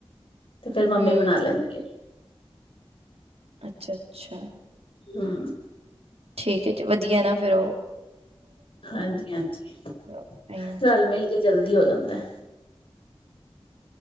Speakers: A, on the left; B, on the right.
A: ਤੇ ਫੇਰ ਮੰਮੀ
B: ਹੂੰ
A: ਬਣਾ ਲੈਂਦੀ ਏ।
B: ਅੱਛਾ, ਅੱਛਾ।
A: ਹੂੰ।
B: ਠੀਕ ਹੈ ਜੀ, ਵਧੀਆ ਨਾ ਫੇਰ ਓਹ
A: ਹਾਂਜੀ ਹਾਂਜੀ,
B: ਤਾਂਹੀਓ
A: ਰਲ-ਮਿਲ ਕੇ ਜਲਦੀ ਹੋ ਜਾਂਦੈ।